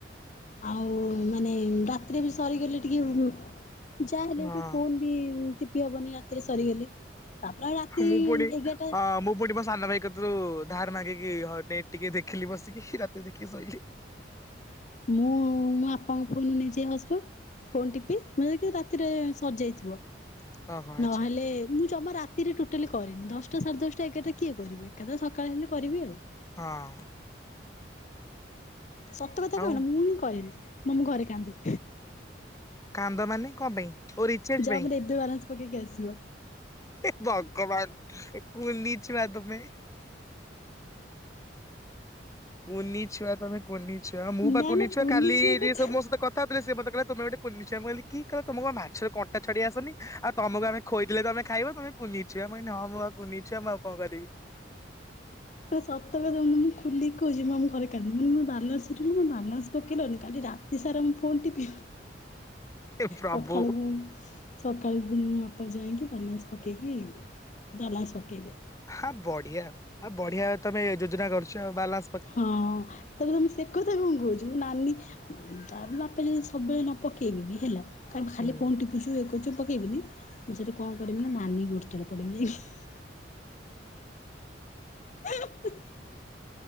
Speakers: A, on the left; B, on the left.
A: ଆଉ ମାନେ ରାତିରେ ବି ସରିଗଲେ ଟିକେ ଯାହା ହେଲେ
B: ହଁ
A: ବି ଟିକେ ଫୋନ ବି ଟିପି ହବନି ରାତିରେ ସରିଗଲେ ତାପରେ ରାତି
B: ମୁଁ ପୁଣି
A: ଏଗାରଟା
B: ହଁ, ମୁଁ <unintelligible> ସାନ ଭାଇ କ ତରୁ ଧାର ମାଗିକି ହନେଇ ଟିକେ ଦେଖିଲି ବସିକି ରାତି ଦେଖିକି ଶୋଇଲି।
A: ମୁଁ ମୋ ବାପାଙ୍କୁ ଫୋନ ନେଇଛିି ହସପ ଟ। ଫୋନ ଟିପି ମେ ରାତିରେ ସରିଯାଇଥିବ
B: ଓହୋ ଆଚ୍ଛା
A: ନହେଲେ ମୁଁ ଜମା ରା ରାତିରେ ଟୋଟାଲିକରେନି ଦଶଟା ସାଢ଼େ ଦଶଟା ଏାଗରଟା କିଏ କରିବି ଏକା ସକାଳେ ହେଲେ କରିବି ଆଉ।
B: ହଁ।
A: ସତ କଥା
B: ଆଉ
A: କହିବେନ ମୁଁ ହିଁ କରେନି ମୁଁ ଆମ ଘରେ କାନ୍ଦେ।
B: କାନ୍ଦ ମାନେ କଣ ପାଇଁ? ଓ ରିଚାର୍ଜ
A: ଯା
B: ପାଇଁ।
A: ମୋର ଏବେ ବାଲାନ୍ସ ପକେଇକି ଆସିବ।
B: ଏ ଭଗବାନ କୁନି ଛୁଆ ତମେ। କୁନିଛୁଆ ତମେ କୁନି ଛୁଆ ମୁଁ ବା
A: ନା
B: କୁନି
A: ନା
B: ଛୁଆ କାଲି
A: କଥା
B: ସବୁ ମୋ ସହିତ କଥା ହୋଉଥିଲି ସେ ମତେ କହିଲା ତମେ ଗୋଟେ କୁନି ଛୁଆ ମୁ କହଲି କି ତମ କୁ ମାଛରେ କଣ୍ଟା ଛଡେଇ ଆସୁନି। ଆଉ ତମକୁ ଆମେ ଖୋଇଦେଲେ ତମେ ଖାଇବ ତମେ କୁନିଛୁଆ ମୁ କହିନି ହଁ ଆ କୁଛୁଆ ମୁ ଆଉ କଣ କରିବି।
A: ସତ କଥା ମୁଁ ଖୋଲିକି କହୁଛି ମୁଁ ଆମ ଘରେ କାନ୍ଦେ ମାନେ ମୋ ବାଲାନ୍ସ ସରିଗଲା ମୋ ବାଲାମସ ପକେଇଲନି କାଲି ରା ତି ସାରା ମୁଁ ଫୋନ୍ଟି ପି
B: ଏ ପ୍ରଭୁ
A: ସକାଳୁ ମୁ ସକାଳୁ ପୁଣି ମୋ ବାପା ଯାଇକି ବାଲାନସ୍ ପକେଇକି, ବାଲାନ୍ସ ପକେଇବେ।
B: ହଁ ବଢିଆ ଆ ଆଉ ବଢିଆ ତମେ ଯୋଜନା କରୁଛ ଆଉ ବାଲା
A: ହଁ। ତାପ ତ ମୁଁ ସେ କଥା କଣ କହୁଛି ମୁଁ ନାନୀ ଆ ବାପା ଯଦି ସବୁବେଳେ ନ ପକେଇବେ ବି ହେଲା ଖାଲି
B: ହୁଁ।
A: ଫୋନଟିପୁଛୁ ଇଏ କରୁଛୁ ପକେବିନି ମୁଁ ସେଇଠୁ କଣ କରିବି ନା ନାନୀ ଗୋଡତଳେ ପଡିବି ଯାଇକି। <unintelligible>